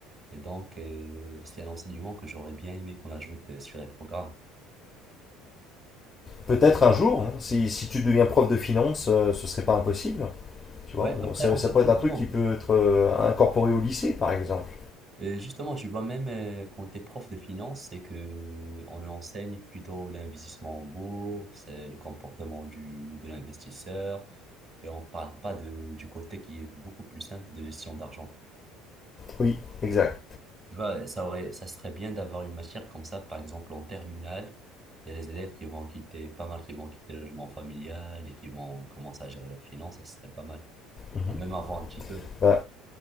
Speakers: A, on the right; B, on the left.
A: Et donc, euh, c'est un enseignement que j'aurais bien aimé qu'on ajoute euh, sur les programmes.
B: Peut-être un jour, hein, si, si tu deviens prof de finance, euh, ce serait pas impossible. Tu vois,
A: Ouais, après,
B: ça,
A: en
B: ça
A: fait,
B: peut être
A: justement,
B: un truc qui peut être euh, incorporé au lycée, par exemple.
A: euh, justement, tu vois, même euh, quand tu es prof de finance, c'est que on enseigne plutôt l'investissement en bourse, euh, le comportement du, de l'investisseur, et on parle pas de, du côté qui est beaucoup plus simple de gestion d'argent.
B: Oui, exact.
A: Tu vois, ça aurait, ça serait bien d'avoir une matière comme ça, par exemple, en terminale. Il y a les élèves qui vont quitter, pas mal qui vont quitter le logement familial et qui vont commencer à gérer leurs finances, ça serait pas mal.
B: Mhm.
A: ou même avant un petit peu.
B: Euh,